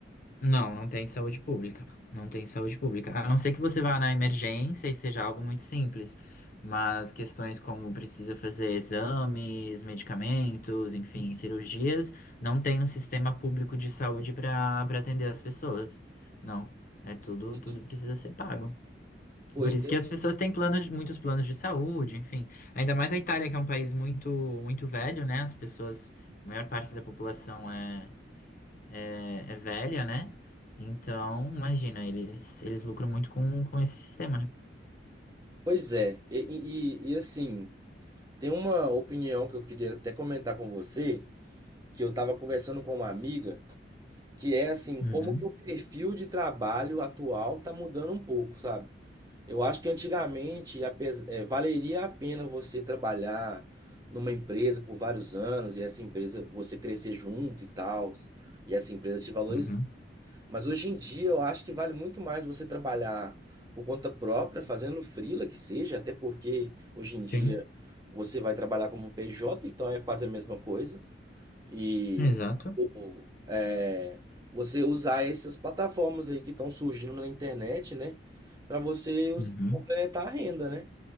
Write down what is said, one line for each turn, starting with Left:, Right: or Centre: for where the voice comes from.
Left: Não, não tem saúde pública. Não tem saúde pública. A não ser que você vá na emergência e seja algo muito simples. Mas questões como precisa fazer exames, medicamentos, enfim, cirurgias, não tem um sistema público de saúde para para atender as pessoas. Não. É tudo,
Right: Entendi.
Left: tudo precisa ser pago.
Right: Pô,
Left: Por
Right: entendi.
Left: isso que as pessoas têm planos, muitos planos de saúde, enfim. Ainda mais a Itália, que é um país muito, muito velho, né? As pessoas, a maior parte da população é é, é velha, né? Então, imagina, eles, eles lucram muito com, com esse sistema, né?
Right: Pois é, e, e- e, assim, tem uma opinião que eu queria até comentar com você, que eu estava conversando com uma amiga, que é assim,
Left: Uhum,
Right: como que o perfil de trabalho atual tá mudando um pouco, sabe? Eu acho que antigamente apes- eh, valeria a pena você trabalhar numa empresa por vários anos e essa empresa você crescer junto e tal, e essa empresa te valorizar.
Left: uhum.
Right: Mas hoje em dia eu acho que vale muito mais você trabalhar por conta própria, fazendo freela que seja, até porque hoje em dia
Left: Sim,
Right: você vai trabalhar como PJ, então é quase a mesma coisa. E
Left: exato.
Right: tipo, é, você usar essas plataformas aí que estão surgindo na internet, né? Para você us-
Left: Uhum,
Right: complementar a renda, né?